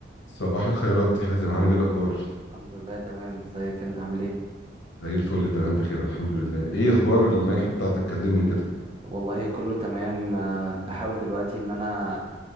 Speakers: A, on the left (about 80°); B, on the right (about 30°).
A: صباح الخيرات يا حازم عامل ايه الاخبار
B: الحمد لله تمام ازيك انت عامل ايه
A: زي الفل تمام بخير الحمد لله ايه اخبار المنحه بتاعتك كلمني كده
B: والله كله تمام آه، بحاول دلوقتي ان انا